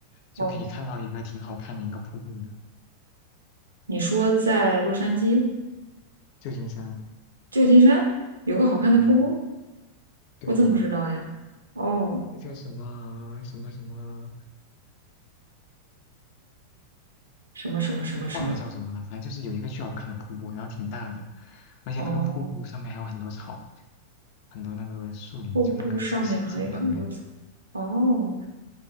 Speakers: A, on the left; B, on the right.
A: 就可以看到一个挺好看的一个瀑布的，
B: 哦，你说在洛杉矶、
A: 旧金山。
B: 旧金山有个好看的瀑布，
A: 嗯，对，
B: 我怎么不知道呀？哦，
A: 那个叫什么什么什么，
B: 什么什么什么什么。
A: 哎忘了叫什么了，反正就是有一个巨好看的瀑布，然后挺大的，而且那个瀑布上面还有很多草，
B: 哦，
A: 很多那个树林，
B: 瀑布上面还有很多草。
A: 就那个像仙境一样的感觉。
B: 哦，